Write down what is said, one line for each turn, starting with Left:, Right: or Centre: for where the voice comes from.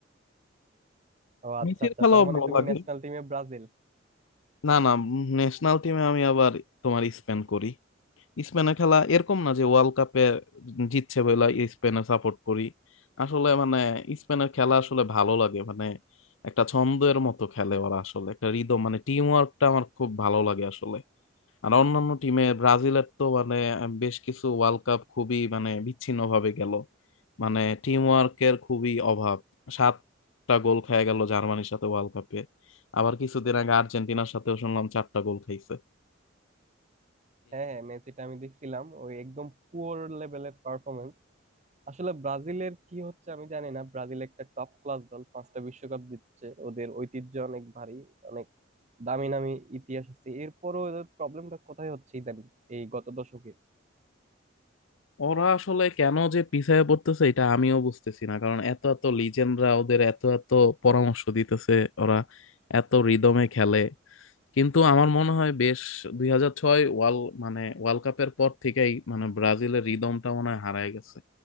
Right: ও আচ্ছা
Left: মেসির
Right: আচ্ছা
Left: খেলাও
Right: তার মানে
Left: ভালো
Right: তুমি
Left: লাগে
Right: ন্যাশনাল টিমে ব্রাজিল
Left: না না ন্যাশনাল টিমে আমি আবার তোমার স্পেন করি স্পেনের খেলা এরকম না যে ওয়ার্ল্ড কাপে জিতছে বলে স্পেনে সাপোর্ট করি আসলে মানে স্পেনের খেলা আসলে ভালো লাগে মানে একটা ছন্দের মতো খেলে ওরা আসলে একটা রিদম মানে টিম ওয়ার্কটা আমার খুব ভালো লাগে আসলে আর অন্যান্য টিমে ব্রাজিলের তো মানে বেশ কিছু ওয়ার্ল্ড কাপ খুবই মানে বিচ্ছিন্ন ভাবে গেল মানে টিম ওয়ার্কের খুবই অভাব সাতটা গোল খেয়ে গেল জার্মানির সাথে ওয়ার্ল্ড কাপে আবার কিছুদিন আগে আর্জেন্টিনার সাথেও শুনলাম চারটা গোল খাইছে
Right: হ্যাঁ হ্যাঁ মেসিটা আমি দেখছিলাম ওই একদম পুয়ার লেভেলের পারফরমেন্স আসলে ব্রাজিলের কি হচ্ছে আমি জানি না ব্রাজিল একটা টপ ক্লাস দল পাঁচটা বিশ্বকাপ জিতছে ওদের ঐতিহ্য অনেক ভারী অনেক দামি নামি ইতিহাস আছে এরপরও ওদের প্রবলেমটা কোথায় হচ্ছে ইদানিং এই গত দশকে
Left: ওরা আসলে কেন যে পিছায় পড়তেছে এটা আমিও বুঝতেছি না কারণ এত এত লিজেন্ডরা ওদের এত এত পরামর্শ দিতেছে ওরা এত রিদমে খেলে কিন্তু আমার মনে হয় বেশ দুই হাজার ছয় ওয়ার্ল্ড মানে ওয়ার্ল্ড কাপের পর থেকেই মানে ব্রাজিলের রিদমটা মনে হয় হারায় গেছে